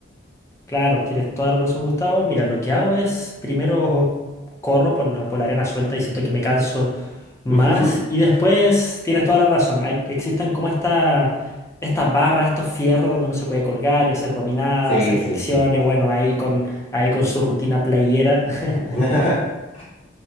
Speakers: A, on the left (about 15°); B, on the left (about 35°).
A: Claro, tienes toda la razón, Gustavo. Mira, lo que hago es primero corro por la, por la arena suelta y siento que me canso más.
B: <laughs>
A: Y después tienes toda la razón. Hay, existen como esta, estas barras, estos fierros donde uno se puede colgar y hacer dominadas,
B: Sí,
A: hacer flexiones
B: sí, sí.
A: Y bueno, ahí con, ahí con su rutina playera. <laughs>
B: <laughs>